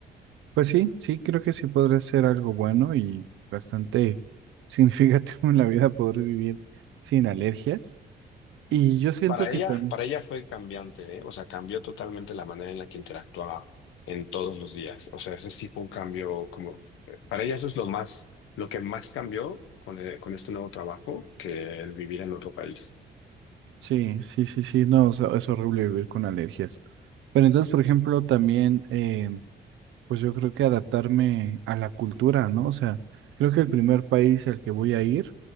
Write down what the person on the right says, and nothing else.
Pues sí, sí, creo que sí podría ser algo bueno y bastante <laughs> significativo en la vida poder vivir sin alergias. Y yo siento
que
también...
Sí, sí, sí, sí, no, o sea, es horrible vivir con alergias. Pero entonces, por ejemplo, también, eh, pues yo creo que adaptarme a la cultura, ¿no? O sea, creo que el primer país al que voy a ir